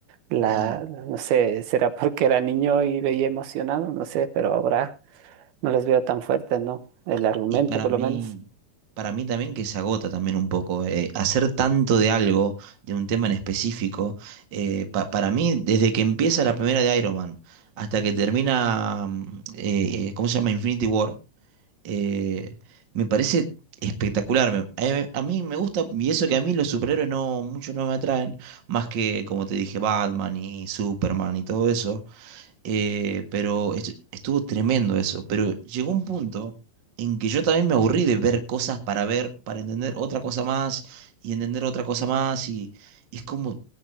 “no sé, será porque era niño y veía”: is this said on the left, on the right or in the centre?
Right